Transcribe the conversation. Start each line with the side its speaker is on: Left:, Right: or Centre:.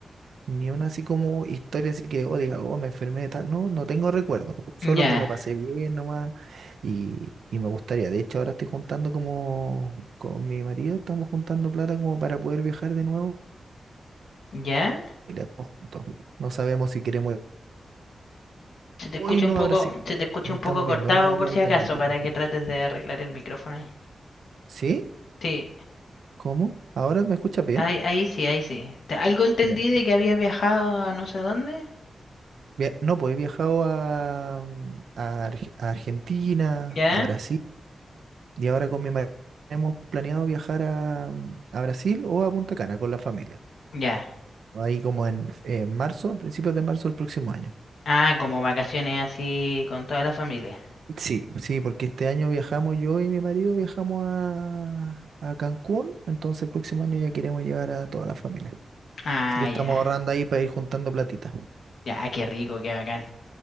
Right: Ni una así como historia así que, oh, diga, oh, me enfermé de tal. No, no tengo recuerdo. Solo
Left: Ya,
Right: que lo pasé bien nomás y, y me gustaría. De hecho, ahora estoy juntando como con mi marido, estamos juntando plata como para poder viajar de nuevo.
Left: ya.
Right: Y la todos juntos. No sabemos si queremos ir
Left: Se te
Right: hoy
Left: escucha
Right: no
Left: un poco,
Right: a Brasil.
Left: se te escucha
Right: Ahí
Left: un
Right: estamos
Left: poco cortado
Right: viendo una de las
Left: por
Right: dos
Left: si
Right: alternativas.
Left: acaso, para que trates de arreglar el micrófono ahí.
Right: ¿Sí?
Left: Sí,
Right: ¿Cómo? ¿Ahora me escuchas bien?
Left: ahí, ahí sí, ahí sí. Te- Algo entendí
Right: Ya.
Left: de que había viajado a no sé dónde.
Right: Via- No, pues he viajado a, mm, a Arge- a Argentina,
Left: Ya,
Right: a Brasil, Y ahora con mi marido hemos planeado viajar a, mm, a Brasil o a Punta Cana con la familia.
Left: ya.
Right: Ahí como en, en marzo, a principios de marzo del próximo año.
Left: Ah, como vacaciones así con toda la familia.
Right: Sí, sí, porque este año viajamos yo y mi marido viajamos a, a Cancún, entonces el próximo año ya queremos llevar a toda la familia.
Left: Ah,
Right: Así que estamos
Left: ya.
Right: ahorrando ahí para ir juntando platita.
Left: Ya, qué rico, qué bacán.